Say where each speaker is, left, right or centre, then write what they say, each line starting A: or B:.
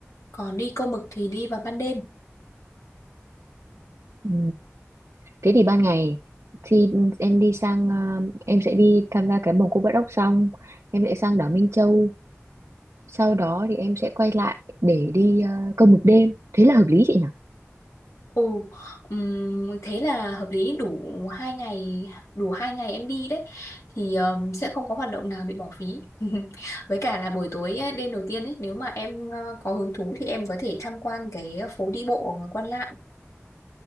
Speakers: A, on the left; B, on the right.
A: còn đi câu mực thì đi vào ban đêm.
B: Ừ. Thế thì ban ngày thì em đi sang à, em sẽ đi tham gia cái vòng Cô Bắt Ốc xong em sẽ sang đảo Minh Châu sau đó thì em sẽ quay lại để đi à, câu mực đêm thế là hợp lý chị nhỉ?
A: Ồ, ừm, thế là hợp lý đủ hai ngày đủ hai ngày em đi đấy thì ừm, sẽ không có hoạt động nào bị bỏ phí <laughs> với cả là buổi tối ấy, đêm đầu tiên ấy nếu mà em ờ, có hứng thú thì em có thể tham quan cái phố đi bộ ở Quan Lạn